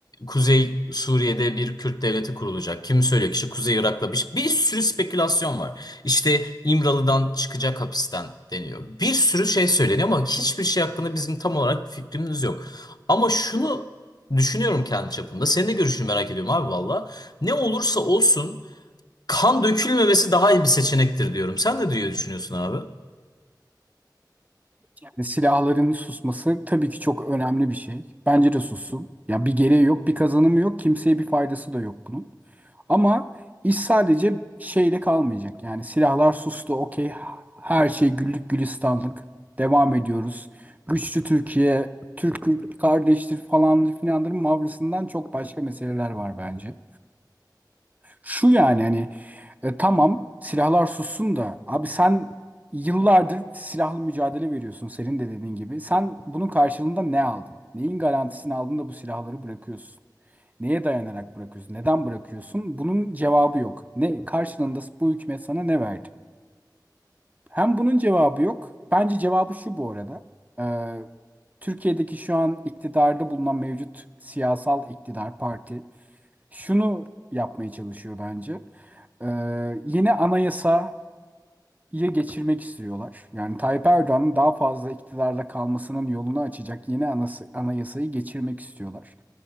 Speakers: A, on the left; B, on the right.
A: Kuzey Suriye'de bir Kürt devleti kurulacak. Kimi söylüyor ki işte Kuzey Irak'la bir, şey- bir sürü spekülasyon var. İşte İmralı'dan çıkacak hapisten deniyor. Bir sürü şey söyleniyor ama hiçbir şey hakkında bizim tam olarak bir fikrimiz yok. Ama şunu düşünüyorum kendi çapımda. Senin de görüşünü merak ediyorum abi valla. Ne olursa olsun kan dökülmemesi daha iyi bir seçenektir diyorum. Sen de diye düşünüyorsun abi.
B: Yani silahların susması tabii ki çok önemli bir şey. Bence de sussun. Ya bir gereği yok, bir kazanımı yok, kimseye bir faydası da yok bunun. Ama iş sadece şeyle kalmayacak. Yani silahlar sustu, okey. Her şey güllük gülistanlık. Devam ediyoruz. Güçlü Türkiye, Türk kardeştir falan filanların mavrasından çok başka meseleler var bence. Şu yani hani e, tamam silahlar sussun da abi sen yıllardır silahlı mücadele veriyorsun senin de dediğin gibi. Sen bunun karşılığında ne aldın? Neyin garantisini aldın da bu silahları bırakıyorsun? Neye dayanarak bırakıyorsun? Neden bırakıyorsun? Bunun cevabı yok. Ne karşılığında bu hükümet sana ne verdi? Hem bunun cevabı yok. Bence cevabı şu bu arada. Ee, Türkiye'deki şu an iktidarda bulunan mevcut siyasal iktidar parti şunu yapmaya çalışıyor bence. Ee, yine anayasayı geçirmek istiyorlar. Yani Tayyip Erdoğan'ın daha fazla iktidarda kalmasının yolunu açacak yeni anası, anayasayı geçirmek istiyorlar.